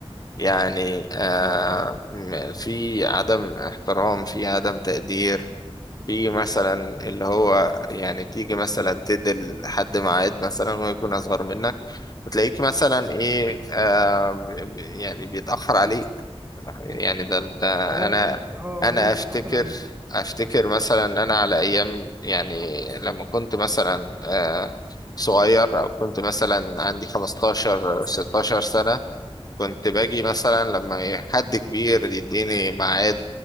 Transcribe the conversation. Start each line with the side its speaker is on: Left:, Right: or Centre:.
Left: يعني آه
Right: اه
Left: م- في عدم احترام في عدم تقدير في مثلا اللي هو يعني تيجي مثلا تدي لحد ميعاد مثلا ويكون أصغر منك وتلاقيك مثلا إيه آه يعني بيتأخر عليك يعني ده, ده
Right: اه هو اللي
Left: أنا
Right: انت اه
Left: أنا
Right: هو اللي
Left: أفتكر
Right: بيتاخر عليك
Left: أفتكر مثلا إن أنا على أيام يعني لما كنت مثلا آه صغير أو كنت مثلا عندي 15 16 سنة كنت باجي مثلا لما إيه حد كبير يديني ميعاد